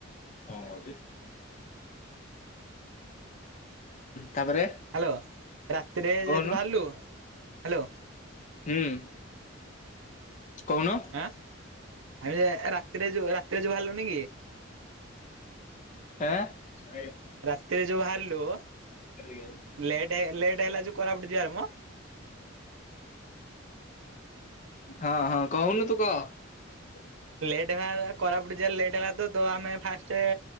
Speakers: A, on the left; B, on the right.
A: ହୁଁ ତାପରେ।
B: ହ୍ୟାଲୋ ରାତିରେ
A: କହୁନୁ
B: ଯେହେତୁ ବାହାରିଲୁ ହ୍ୟାଲୋ
A: ହୁଁ କହୁନ
B: ଆଁ ଆମେ ରାତିରେ ଯୋଉ ରାତିରେ ଯୋଉ ବାହାରିଲୁନି କି
A: ଏଁ ସୋଇା <inaudible>
B: ରାତିରେ ଯୋଉ ବାହାରିଲୁ
A: ହେଲିଉ <inaudible>
B: ଲେଟ୍ ଲେଟ୍ ହେଲା ଯୋଉ କୋରାପୁଟୁ ଯିବାର ମ
A: ହଁ ହଁ କହୁନୁ ତୁ କହ ହ <inaudible>
B: ଲେଟ୍ ଭ <inaudible> କୋରାପୁଟୁ ଯିବାର ଲେଟ୍ ହେଲା ତ ତ ଆମେ ଫାଷ୍ଟେ